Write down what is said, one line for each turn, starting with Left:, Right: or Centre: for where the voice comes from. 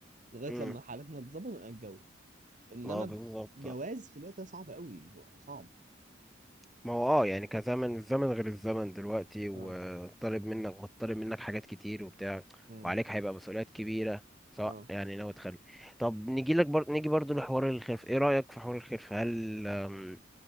Right: لغايه
Centre: أمم،
Right: لما حالتنا تتظبط نبقى نتجوز انما
Centre: ما بالظبط
Right: جواز في الوقت ده صعب قوي صعب
Centre: ما هو اه يعني كزمن الزمن غير الزمن دلوقتي وطالب
Right: اه
Centre: منك مطالب منك حاجات كتير وبتاع
Right: امم
Centre: وعليك هيبقى مسؤوليات كبيرة سواء
Right: اه
Centre: يعني ناوي تخلي طب نيجي لك بر... نيجي برضو لحوار الخلف ايه رأيك في حوار الخلف هل آم،